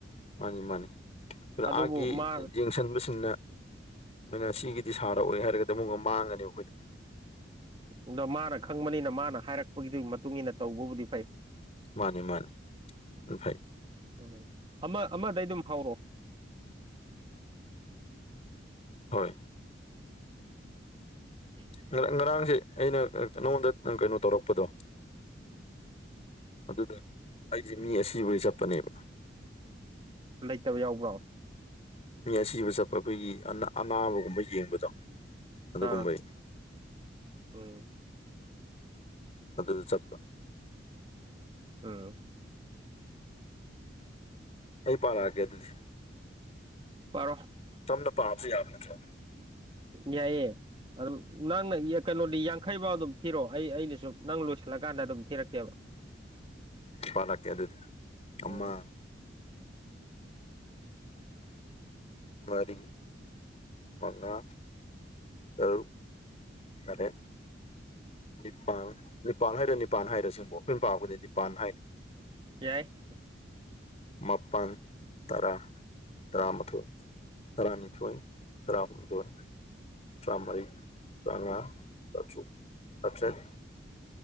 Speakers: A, on the left (about 35°); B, on the right (about 30°).
A: ꯃꯥꯅꯤ ꯃꯥꯅꯤ ꯑꯗꯨ
B: ꯑꯗꯨꯕꯨ
A: ꯑꯥꯒꯤ
B: ꯃꯥ
A: ꯌꯦꯡꯁꯤꯟꯕꯁꯤꯡꯅ ꯑꯩꯣꯏꯅ ꯁꯤꯒꯤ ꯗꯤ ꯁꯥꯔꯛꯑꯣꯦ ꯍꯥꯏꯔꯒꯗꯤ ꯑꯃꯨꯛꯒ ꯃꯥꯡꯒꯅꯦꯕ ꯑꯩꯈꯣꯏꯗ
B: ꯎꯝ ꯑꯗꯣ ꯃꯥꯅ ꯈꯪꯕꯅꯤꯅ ꯃꯥꯅ ꯍꯥꯏꯔꯛꯄꯒꯤꯗꯨꯒꯤ ꯃꯇꯨꯡ ꯏꯟꯅ ꯇꯧꯕꯕꯨꯗꯤ ꯐꯩ
A: ꯃꯥꯅꯦ ꯃꯥꯅꯦ ꯑꯐꯩ
B: ꯎꯝ ꯑꯃ ꯑꯃꯗꯩ ꯑꯗꯨꯝ ꯍꯧꯔꯛꯑꯣ
A: ꯍꯣꯏ
B: ꯎꯝ
A: ꯉ ꯉꯔꯥꯡꯁꯦ ꯑꯩꯅ ꯅꯉꯣꯟꯗ ꯀꯩꯅꯣ ꯇꯧꯔꯛꯄꯗꯣ ꯑꯗꯨꯗ ꯑꯩꯁꯦ ꯃꯤ ꯑꯁꯤꯕꯒꯤ ꯆꯠꯄꯅꯦꯕ
B: ꯂꯩꯇꯕ ꯌꯥꯎꯕ꯭ꯔꯣ
A: ꯃꯤ ꯑꯁꯤꯕ ꯆꯠꯄ ꯑꯩꯈꯣꯏꯒꯤ ꯑꯅꯥꯕꯒꯨꯝꯕ ꯌꯦꯡꯕꯗꯣ ꯑꯗꯨꯒꯨꯝꯕꯩ
B: ꯑꯥ ꯎꯝ
A: ꯑꯗꯨꯗ ꯆꯠꯄ
B: ꯑꯝ
A: ꯑꯩ ꯄꯥꯔ ꯍꯥꯏꯒꯦ ꯑꯗꯨꯗꯤ
B: ꯄꯔꯣ
A: ꯇꯝꯅ ꯄꯥꯕꯁꯨ ꯌꯥꯕ ꯅꯠꯇ꯭ꯔꯣ
B: ꯌꯥꯏꯌꯦ ꯑꯗꯨꯝ ꯅꯪꯅ ꯀꯩꯅꯣꯗꯤ ꯌꯥꯡꯈꯩꯐꯥꯎ ꯑꯗꯨꯝ ꯊꯤꯔꯛꯑꯣ ꯑꯩ ꯑꯩꯅꯁꯨ ꯅꯪ ꯂꯣꯏꯁꯤꯜꯂꯀꯥꯟꯗ ꯑꯗꯨꯝ ꯊꯤꯔꯛꯀꯦꯕ
A: ꯄꯥꯔ ꯀꯦ ꯑꯗꯨ ꯑꯗꯨꯗꯤ ꯑꯃ
B: ꯎꯝ
A: ꯃꯥꯔꯤ ꯃꯉ ꯇꯥꯔꯨꯛ ꯇꯔꯦꯠ ꯅꯤꯄꯥꯜ ꯅꯤꯄꯥꯟ ꯍꯥꯏꯔꯦ ꯅꯤꯄꯥꯟ ꯍꯥꯏꯔ ꯁꯤꯁꯤꯡꯕꯣ ꯑꯩꯈꯣꯏꯅ ꯄꯥꯄꯗꯤ ꯅꯤꯄꯥꯟ ꯍꯥꯏꯔ
B: ꯌꯥꯏ
A: ꯃꯥꯄꯜ ꯇꯔꯥ ꯇꯔꯥꯃꯥꯊꯣꯏ ꯇꯔꯥꯅꯤꯊꯣꯏ ꯇꯔꯥꯍꯨꯝꯗꯣꯏ ꯇꯔꯥꯃꯔꯤ ꯇ꯭ꯔꯥꯉꯥ ꯆꯥꯆꯨ ꯆꯥꯇ꯭ꯔꯦꯠ